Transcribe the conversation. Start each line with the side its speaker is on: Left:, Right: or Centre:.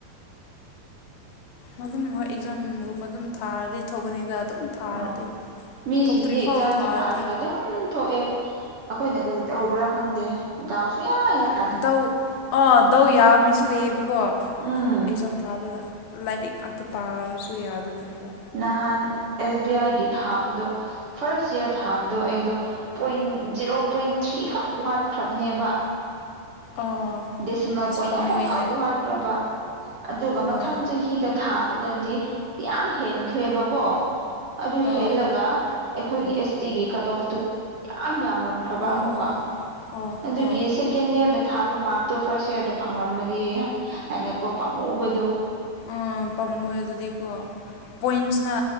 Left: ꯃꯒꯨꯝ ꯍꯣꯏ ꯑꯦꯛꯖꯥꯝꯒꯨꯝꯕ ꯑꯗꯨꯝ ꯊꯥꯔꯗꯤ ꯊꯣꯛꯀꯅꯤꯗ ꯑꯗꯨꯝ ꯊꯥꯔꯗꯤ
Right: ꯑ ꯃꯤꯁꯤꯡꯗꯤ
Left: ꯊꯣꯛꯇ꯭ꯔꯤꯐꯥꯎ
Right: ꯑꯦꯛꯖꯥꯝ
Left: ꯊꯥꯔꯗꯤ
Right: ꯊꯥꯔꯒ ꯑꯗꯨꯝ ꯊꯣꯛꯑꯦ ꯑꯩꯈꯣꯏꯅ ꯒꯔꯤ ꯇꯧꯕ꯭ꯔꯥ ꯈꯪꯗꯦ ꯗꯥꯎꯁꯨ ꯌꯥ
Left: ꯊꯧ ꯑꯥ ꯊꯧ ꯌꯥꯕ ꯃꯤꯁꯨ ꯂꯩꯌꯦꯕꯀꯣ ꯑꯩꯖꯝ
Right: ꯎꯝ
Left: ꯊꯥꯕꯗ ꯂꯥꯏꯔꯤꯛ ꯉꯥꯛꯇ ꯄꯥꯔꯁꯨ ꯌꯥꯗꯕꯅꯦꯕ
Right: ꯅꯍꯥꯟ ꯑꯦꯁ ꯕꯤ ꯑꯥꯏꯒꯤ ꯊꯥꯕꯗꯣ ꯐꯥꯔꯁ ꯏꯌꯥꯔ ꯊꯥꯕꯗꯣ ꯑꯩꯗꯣ ꯄꯣꯏꯟ ꯖꯦꯔꯣ ꯄꯣꯏꯟ ꯊ꯭ꯔꯤꯈꯛ ꯋꯥꯠꯈ꯭ꯔꯕꯅꯦꯕ
Left: ꯑꯥ
Right: ꯗꯤꯁꯤꯡꯅ
Left: ꯑꯁ
Right: ꯄꯣꯏꯟꯅ
Left: ꯄꯥꯝꯃꯨꯏꯍꯦ
Right: ꯑꯍꯨꯝ ꯈꯛ ꯋꯥꯠꯈ꯭ꯔꯕ ꯑꯗꯨꯒ ꯃꯊꯪ
Left: ꯑꯥ
Right: ꯆꯍꯤꯗ ꯊꯥꯕꯗꯗꯤ ꯌꯥꯝ ꯍꯦꯟꯈ꯭ꯔꯦꯕꯀꯣ ꯑꯗꯨ ꯍꯦꯜꯂꯒ
Left: ꯑꯥ
Right: ꯑꯩꯈꯣꯏꯒꯤ ꯑꯦꯁ ꯇꯤꯒꯤ ꯀꯠꯑꯣꯐꯇꯨ ꯌꯥꯝ ꯌꯥꯝꯔꯝꯈ꯭ꯔꯕ
Left: ꯑꯣ
Right: ꯑꯃꯨꯛꯀ
Left: ꯑꯣ ꯑꯣ ꯑꯣ
Right: ꯑꯗꯨꯒꯤ
Left: ꯑꯣ
Right: ꯁ‌ꯦꯛ ꯁꯦꯀꯦꯟ ꯏꯌꯥꯔꯗ ꯊꯥꯕ ꯃꯥꯔꯛꯇꯣ ꯐꯥꯔꯁ ꯏꯔꯗ ꯐꯪꯉꯝꯃꯗꯤ ꯍꯥꯏꯅꯀꯣ ꯄꯥꯝꯃꯨꯕꯗꯣ
Left: ꯑꯥ ꯄꯥꯝꯃꯨꯏ ꯑꯗꯨꯗꯤꯀꯣ ꯄꯣꯏꯟꯁꯅ